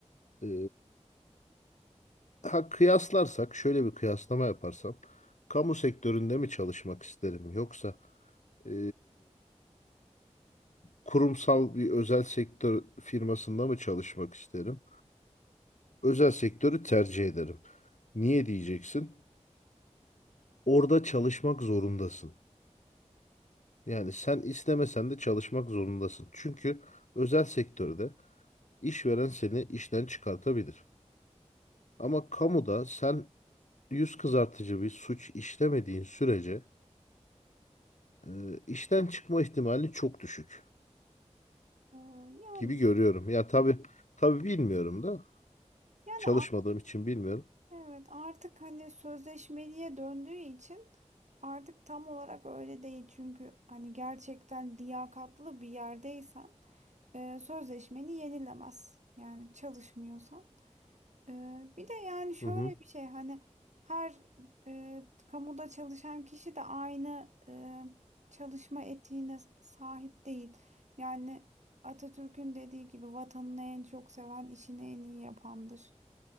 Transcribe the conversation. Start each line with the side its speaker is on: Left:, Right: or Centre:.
Left: Ee, ha kıyaslarsak, şöyle bir kıyaslama yaparsam, kamu sektöründe mi çalışmak isterim yoksa e, kurumsal bir özel sektör firmasında mı çalışmak isterim? Özel sektörü tercih ederim. Niye diyeceksin? Orada çalışmak zorundasın. Yani sen istemesen de çalışmak zorundasın. Çünkü özel sektörde İşveren seni işten çıkartabilir. Ama kamuda sen yüz kızartıcı bir suç işlemediğin sürece e, işten çıkma ihtimali çok düşük
Right: Ee, yani
Left: gibi görüyorum. Ya tabii tabii bilmiyorum da
Right: yani
Left: çalışmadığım için bilmiyorum.
Right: Evet artık hani sözleşmeliye döndüğü için artık tam olarak öyle değil. Çünkü hani gerçekten liyakatlı bir yerdeysen e, sözleşmeni yenilemez. Yani çalışmıyorsan. E, bir de yani şöyle
Left: Hı hı,
Right: bir şey hani her e, kamuda çalışan kişi de aynı e, çalışma etiğine sahip değil. Yani Atatürk'ün dediği gibi vatanını en çok seven işini en iyi yapandır.